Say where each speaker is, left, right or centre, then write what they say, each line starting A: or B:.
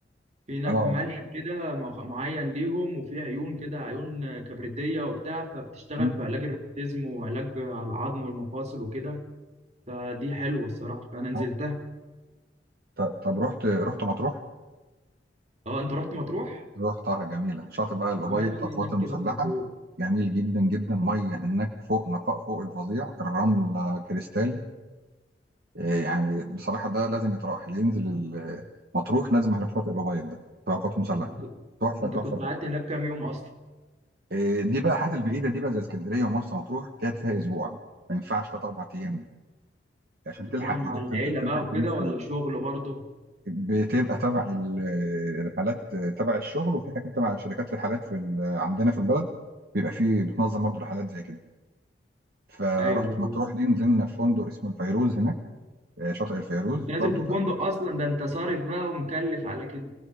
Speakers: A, on the right (about 40°); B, on the right (about 60°).
A: في هناك
B: اه
A: ملح كده مخ- معين ليهم وفي عيون كده عيون كبريتية وبتاع فبتشتغل
B: أمم.
A: في علاج الروماتيزم وعلاج على العظم والمفاصل وكده فدي حلوة الصراحة فأنا نزلتها
B: آه. ط- طب رحت رحت مطروح
A: اه انت رحت مطروح
B: رحتها جميله شاطئ بقى الابيض
A: عملت ايه
B: القوات
A: هناك
B: المسلحه
A: كده في مطروح
B: جميل جدا جدا ميه هناك فوق نقاء فوق الفظيع الرمله كريستال آه، يعني بصراحة ده لازم يتراح اللي ينزل ال- مطروح لازم هيروح شاطئ الأبيض ده في قوات مسلحة
A: انت كنت
B: تحفة
A: انت
B: تحفة
A: كنت
B: تحفة.
A: قعدت هناك كام يوم اصلا
B: آه، دي بقى الحاجات البعيدة دي بقى زي اسكندرية ومرسى مطروح بتقعد فيها أسبوع ما ينفعش تلات أربع أيام دي عشان
A: كنت
B: تلحق
A: رايح مع
B: يا دوب
A: العيلة
B: تل- تلحق
A: بقى وكده
B: تلف
A: ولا
B: يعني.
A: شغل برضه
B: بتبقى تبع ال- الرحلات آه، تبع الشغل وفي حاجات تبع شركات رحلات في ال- عندنا في البلد بيبقى فيه بتنظم برضه رحلات زي كده فرحت
A: ايوه
B: مطروح دي نزلنا في فندق اسمه الفيروز هناك آه، شاطئ الفيروز
A: أنت كنت نازل
B: برضه
A: في فندق اصلا ده انت صارف بقى ومكلف على كده